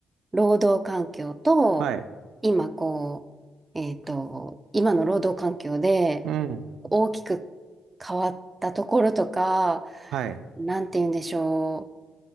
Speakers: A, on the right (about 20°); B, on the right (about 80°).
A: 労働環境と、
B: はい。
A: 今こう、えっと、今の労働環境で大きく
B: うん。
A: 変わったところとか、
B: はい。
A: なんて言うんでしょ